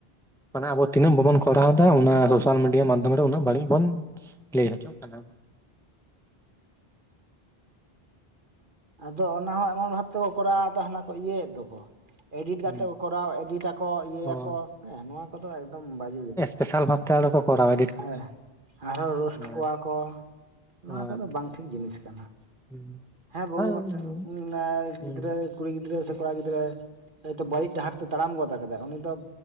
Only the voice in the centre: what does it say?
ᱢᱟᱱ ᱟᱵᱚ ᱛᱤᱱᱟᱹᱜ ᱵᱟᱵᱚᱱ ᱠᱚᱨᱟᱣ ᱮᱟ ᱚᱱᱟ, ᱥᱳᱥᱟᱞ ᱢᱤᱰᱤᱭᱟ ᱢᱟᱫᱷᱚᱢ ᱵᱟᱲᱤᱡ ᱵᱚᱱ ᱞᱟᱹᱭ ᱦᱚᱪᱚᱜ ᱠᱟᱱᱟ
ᱦᱩᱸ
ᱦᱳᱭ
ᱯᱮᱥᱟᱞ ᱵᱷᱟᱵ ᱛᱮ ᱟᱨᱚ ᱠᱚ ᱠᱟᱨᱟᱣ ᱮᱰᱤᱴ
ᱠᱟᱛᱮ
ᱦᱳᱭ
ᱦᱳᱭ
ᱦᱩᱸ
ᱦᱩᱸ
ᱦᱩᱸ